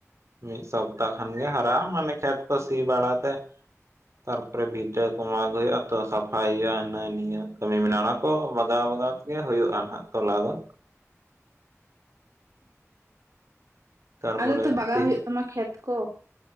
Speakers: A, on the right; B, on the right.
A: ᱢᱤᱫ ᱥᱚᱯᱛᱟᱦ ᱠᱷᱟᱱ ᱜᱮ ᱦᱟᱨᱟᱜᱼᱟ ᱢᱟᱱᱮ ᱠᱷᱮᱛ ᱠᱚ ᱥᱤ ᱵᱟᱲᱟᱛᱮ ᱛᱟᱨᱯᱚᱨᱮ ᱵᱷᱤᱴᱟᱹ ᱠᱚ ᱢᱟᱜ ᱦᱩᱭᱩᱜᱼᱟ ᱛᱚ ᱥᱟᱯᱷᱟᱭ ᱦᱩᱭᱩᱜᱼᱟ ᱦᱤᱱᱟᱹ ᱱᱤᱭᱟᱹ ᱠᱟᱹᱢᱤ ᱢᱮᱱᱟᱜᱼᱟ ᱚᱱᱟᱠᱚ ᱵᱟᱜᱟᱣ ᱵᱟᱜᱟᱣ ᱜᱮ ᱦᱩᱭᱩᱜᱼᱟᱱ ᱦᱟᱜ ᱛᱚᱞᱟ ᱫᱚ ᱛᱟᱨᱯᱚᱨᱮ
B: ᱟᱫᱚ ᱛᱚ ᱵᱟᱜᱟᱣ
A: ᱛᱤ
B: ᱦᱩᱭᱩᱜ ᱛᱟᱢᱟ ᱠᱷᱮᱛ ᱠᱚ